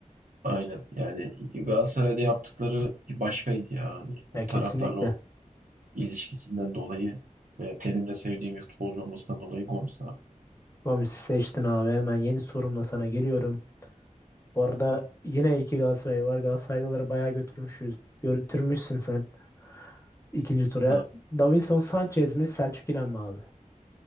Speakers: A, on the right; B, on the left.
A: Aynen. Yani Galatasaray'da yaptıkları bir başkaydı ya. Hani o
B: Ya kesinlikle.
A: taraftarla o ilişkisinden dolayı ve benim de sevdiğim bir futbolcu olmasından dolayı Gomis abi.
B: Gomis'i seçtin abi. Hemen yeni sorumla sana geliyorum. Bu arada
A: Abi,
B: yine iki Galatasaray var. Galatasaraylıları bayağı götürmüşüz. Götürmüşsün sen ikinci tura.
A: tabii.
B: Davinson Sanchez mi? Selçuk İnan mı abi?